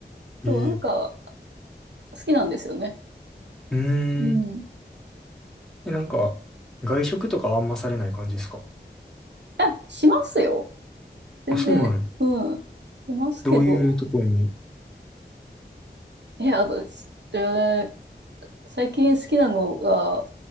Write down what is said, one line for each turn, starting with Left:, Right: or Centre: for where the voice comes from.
Right: そう、
Centre: う。えー
Right: なんか、好きなんですよね。
Centre: うーん。
Right: うん。
Centre: え、なんか、外食とかはあんまされない感じですか
Right: あ、しますよ。全然、
Centre: あ、そうなんや。
Right: うん。しますけど。
Centre: どういうところに
Right: え、あと、しえー最近好きなのが、